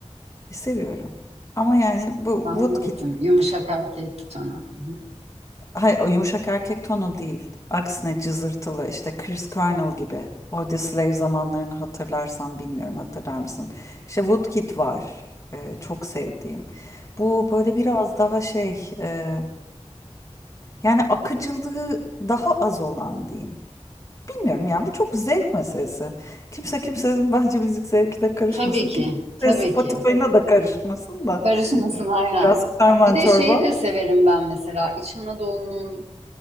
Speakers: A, on the left; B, on the right.
A: seviyorum. Ama yani bu
B: Tahmin
A: Woodkid
B: ettim. Yumuşak erkek tonu. Hı hı.
A: Hayır, o yumuşak erkek tonu değil. Aksine cızırtılı işte Chris Cornell gibi. Audio Slave zamanlarını hatırlarsan bilmiyorum hatırlar mısın? İşte Woodkid var. e, çok sevdiğim. Bu böyle biraz daha şey e, yani akıcılığı daha az olan diyeyim. Bilmiyorum yani bu çok zevk meselesi. Kimse kimsenin bence müzik zevkine karışmasın.
B: Tabii ki,
A: Kimse
B: tabii
A: Spotify'ına
B: ki.
A: da karışmasın da.
B: Karışmasın aynen.
A: Biraz karman
B: Bir de
A: çorba.
B: şeyi de severim ben mesela. İç Anadolu'nun